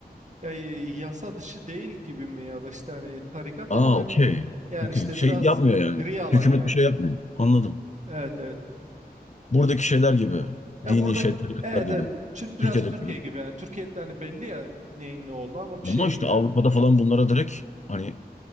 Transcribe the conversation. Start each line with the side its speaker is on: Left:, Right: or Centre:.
Right: ya, yasa dışı değil gibi mi ya da işte hani tarikat
Left: Aa
Right: ama hani
Left: okey.
Right: yani
Left: Okey.
Right: işte
Left: Şey
Right: biraz
Left: yapmıyor yani.
Right: gri alan
Left: Hükümet
Right: yani.
Left: bir şey yapmıyor. Anladım.
Right: Evet evet.
Left: Buradaki şeyler gibi.
Right: Ya
Left: Dini
Right: burada
Left: şey, tarikatlar
Right: evet
Left: gibi.
Right: evet Tür- biraz
Left: Türkiye'deki
Right: Türkiye
Left: gibi.
Right: gibi yani Türkiye'de hani belli yani neyin ne oldu ama bir şey
Left: Ama işte
Right: yani
Left: Avrupa'da falan bunlara direkt hani